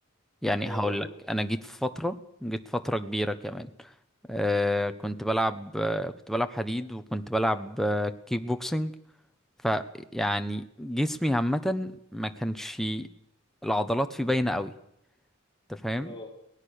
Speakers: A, in the centre; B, on the left (about 20°).
A: يعني
B: اه
A: هقول
B: فاهمه
A: لك انا جيت في فترة جيت فترة كبيرة كمان آه كنت بلعب آه كنت بلعب حديد وكنت بلعب آه كيك بوكسنج فيعني جسمي عامة ما كانش العضلات فيه باينة قوي انت فاهم
B: اه